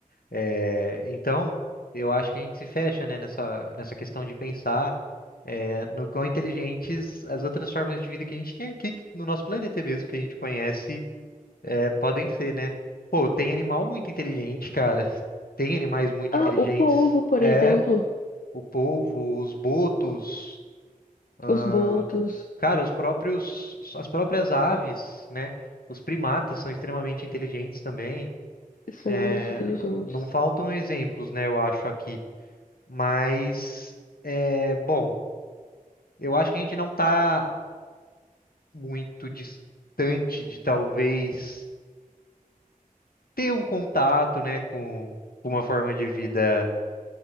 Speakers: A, on the left; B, on the left.
A: É, então, eu acho que a gente se fecha, né, nessa, nessa questão de pensar é, no quão inteligentes as outras formas de vida que a gente tem aqui no nosso planeta mesmo, que a gente conhece, é, podem ser, né? Pô, tem animal muito inteligente, cara. Tem animais muito
B: Ah,
A: inteligentes.
B: o polvo, por
A: É,
B: exemplo,
A: o polvo, os botos, ah,
B: os botos,
A: cara, os próprios, as próprias aves, né? Os primatas são extremamente inteligentes também.
B: extremamente
A: É,
B: inteligentes,
A: não faltam exemplos, né, eu acho aqui. Mas, é, bom, eu acho que a gente não está muito distante de talvez ter um contato, né, com com uma forma de vida